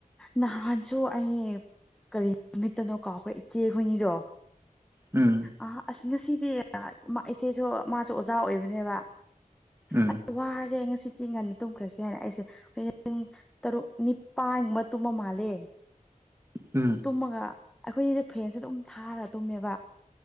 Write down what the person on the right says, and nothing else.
ꯎꯝ
ꯎꯝ
ꯎꯝ